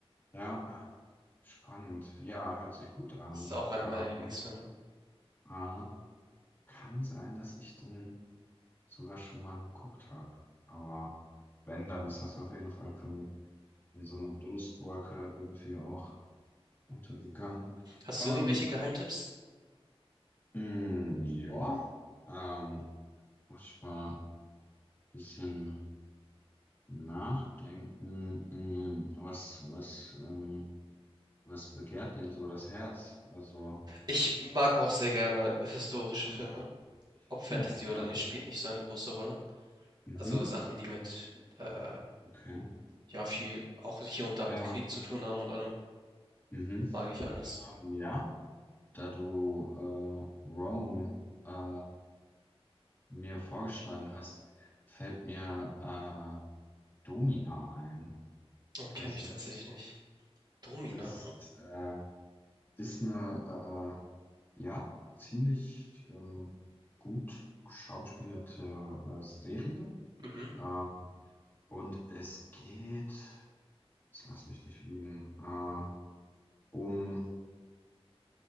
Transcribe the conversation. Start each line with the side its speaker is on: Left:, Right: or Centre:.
Left: Ja, spannend. Ja, hört sich gut an.
Right: Das Ist auch einer
Left: Ähm,
Right: meiner Lieblingsfilme.
Left: äh, kann sein, dass ich den sogar schon mal geguckt habe. Aber wenn, dann ist das auf jeden Fall für mich. wie so eine Dunstwolke irgendwie auch untergegangen.
Right: Hast
Left: Ähm,
Right: du irgendwelche Geheimtipps?
Left: mh, ja, ähm, muss ich mal ein bisschen nachdenken. Mh, was, was, ähm, was begehrt denn so das Herz? Also,
Right: Ich mag auch sehr gerne historische
Left: hm,
Right: Filme. Ob Fantasy
Left: oh, ja,
Right: oder nicht, spielt nicht so eine große Rolle.
Left: mhm,
Right: Also Sachen, die mit, äh,
Left: okay,
Right: ja, viel auch hier und da mit
Left: ja,
Right: Krieg zu tun haben und allem,
Left: mhm.
Right: mag ich alles.
Left: Ähm, ja, da du äh, Rome äh, mir vorgeschlagen hast, fällt mir äh, Domina ein.
Right: Oh,
Left: Kennst
Right: kenne ich
Left: du
Right: tatsächlich
Left: das?
Right: nicht. Domina?
Left: Das äh, ist eine, äh, ja, ziemlich ähm, gut geschauspielerte äh, Serie.
Right: Mhm.
Left: Ähm, und es geht, jetzt lass mich nicht lügen, äh, um